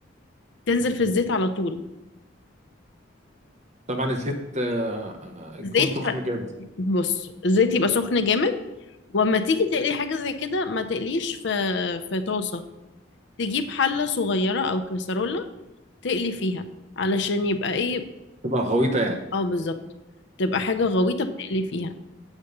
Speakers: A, on the left; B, on the right.
A: تنزل في الزيت على طول
B: طبعا الزيت آه، آه، يكون
A: الزيت
B: سخن
A: ف...
B: جامد
A: بص الزيت يبقى سخن جامد واما تيجي تقلي حاجه زي كده ما تقليش في في طاسه تجيب حلة صغيرة أو كسرولة تقلي فيها علشان يبقى إيه
B: تبقى غويطه يعني
A: أو بالظبط تبقى حاجة غويطة بتقلي فيها